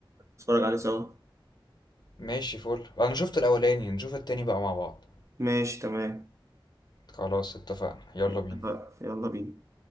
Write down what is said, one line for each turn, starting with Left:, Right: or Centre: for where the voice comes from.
Right: نتفرج عليه سوا
Left: ماشي فل انا شفت الاولاني نشوف التاني بقى مع بعض
Right: ماشي تمام
Left: خلاص اتفقنا يلا
Right: اتفقنا.
Left: بينا
Right: يلا بينا